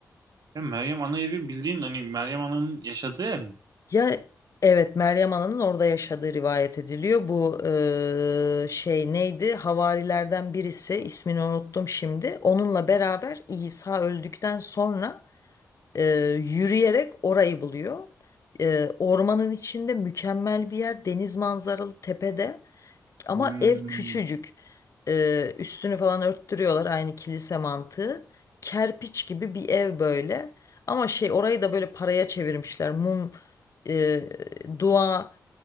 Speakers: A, on the right; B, on the left.
A: Ya Meryem Ana Evi bildiğin hani Meryem Ana'nın yaşadığı ev mi?
B: Ya evet Meryem Ana'nın orada yaşadığı rivayet ediliyor. Bu eee, şey neydi? Havarilerden birisi ismini unuttum şimdi. Onunla beraber İsa öldükten sonra e, yürüyerek orayı buluyor. E, ormanın içinde mükemmel bir yer, deniz manzaralı tepede ama
A: Hmm,
B: ev küçücük. E, üstünü falan örttürüyorlar aynı kilise mantığı. Kerpiç gibi bir ev böyle. Ama şey orayı da böyle paraya çevirmişler. Mum, e, dua